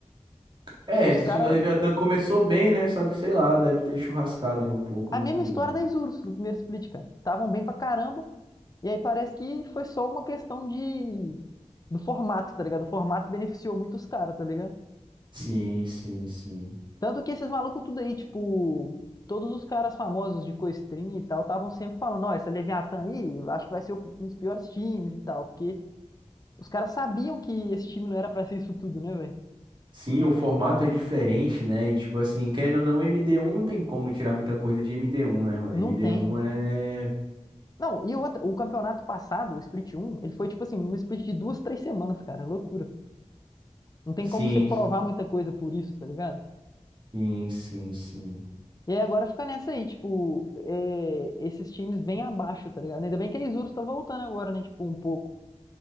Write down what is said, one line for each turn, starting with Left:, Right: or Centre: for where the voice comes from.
Right: É,
Left: Os
Right: esse
Left: caras
Right: time do Leviatã começou bem, né? Só que sei lá, deve ter churrascado aí um pouco,
Left: A
Right: não
Left: mesma
Right: entendi.
Left: história da Isurus, do primeiro split, cara. Estavam bem pra caramba, e aí parece que foi só uma questão de... do formato, tá ligado? O formato beneficiou muito os caras, tá ligado?
Right: Sim, sim, sim.
Left: Tanto que esses malucos tudo aí, tipo, todos os caras famosos de Coestrin e tal, estavam sempre falando, ó, essa Leviatã aí, eu acho que vai ser um dos piores times e tal, porque os caras sabiam que esse time não era pra ser isso tudo, né, velho?
Right: Sim, o formato é diferente, né? E tipo assim, querendo ou não, MD1 não tem como tirar muita coisa de MD1, né, mano?
Left: Não
Right: MD1
Left: tem.
Right: é.
Left: Não, e outra, o campeonato passado, o Split um ele foi, tipo assim, um split de duas, três semanas, cara, é loucura. Não tem
Right: Sim,
Left: como você provar muita coisa por isso, tá ligado?
Right: sim, sim, sim.
Left: E aí agora fica nessa aí, tipo, é, esses times bem abaixo, tá ligado? Ainda bem que a Isurus tá voltando agora, né? Tipo, um pouco.